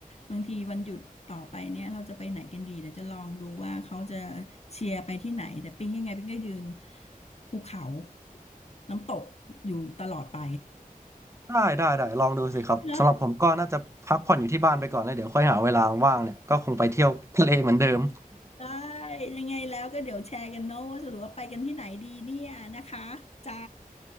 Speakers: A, on the left (about 45°); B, on the right (about 20°).
A: บางทีวันหยุดต่อไปเนี่ยเราจะไปไหนกันดีเดี๋ยวจะลองดูว่าเขาจะเชียร์ไปที่ไหนแต่ปิ๊งยังไงปิ๊งก็ยืนภูเขาน้ำตกอยู่ตลอดไป
B: ได้ได้ได้ลองดูสิครับสำหรับผมก็น่าจะพักผ่อนอยู่ที่บ้านไปก่อนแล้วเดี๋ยวค่อยหาเวลาว่างเนี่ยก็คงไปเที่ยวทะเลเหมือนเดิม
A: <laughs> เนอะได้ยังไงแล้วก็เดี๋ยวแชร์กันเนอะว่าสรุปว่าไปกันที่ไหนดีเนี่ยนะคะจ้า